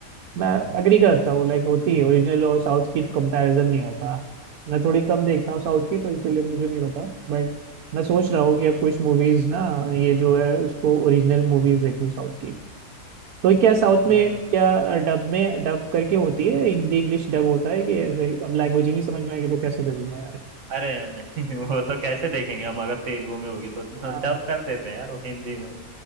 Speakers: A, on the right; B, on the right.
A: मैं अग्री करता हूँ लाइक होती है ओरिजिनल और साउथ की तो कंपैरिजन नहीं होता मैं थोड़ी कम देखता हूँ साउथ की तो इसीलिए मुझे नहीं पता बट मैं सोच रहा हूँ कि अब कुछ मूवीज ना ये जो है उसको ओरिजिनल मूवीज देखूँ साउथ की तो क्या साउथ
B: हाँ
A: में क्या डब में डब करके होती है हिंदी इंग्लिश डब होता है कि ब्लैक लैंग्वेज ही नहीं समझ में आएगी तो कैसे करूँ मैं
B: अरे नहीं <laughs> वो तो कैसे देखेंगे हम अगर तेलुगु में होगी तो
A: यार
B: डब कर देते हैं यार वो हिंदी में